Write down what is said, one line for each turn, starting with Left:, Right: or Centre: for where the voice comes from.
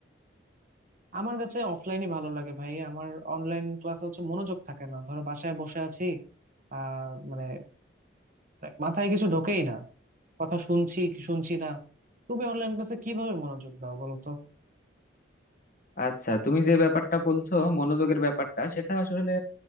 Right: আমার কাছে অফলাইনই ভালো লাগে ভাই আমার অনলাইন ক্লাসে হচ্ছে মনোযোগ থাকে না ধরো বাসায় বসে আছি আহ মানে মাথায় কিছু ঢোকেই না কথা শুনছি কি শুনছি না তুমি অনলাইন ক্লাসে কিভাবে মনোযোগ দাও বলো তো
Left: আচ্ছা তুমি যে ব্যাপারটা বলছো মনোযোগের ব্যাপারটা সেটা আসলে